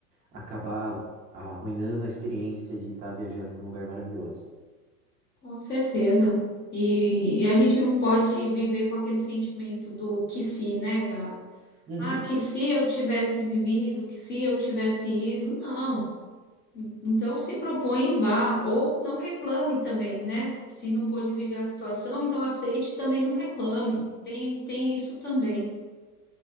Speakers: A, on the right; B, on the left.
A: acabar arruinando a experiência de estar viajando para um lugar maravilhoso.
B: com certeza. E, e a gente não pode viver com aquele sentimento do que se, né, Gá?
A: Uhum.
B: Ah, que se eu tivesse vivido, que se eu tivesse ido, não. Então se propõe e vá, ou não reclame também, né? Se não pôde viver a situação, então aceite e também não reclame. Tem, tem isso também.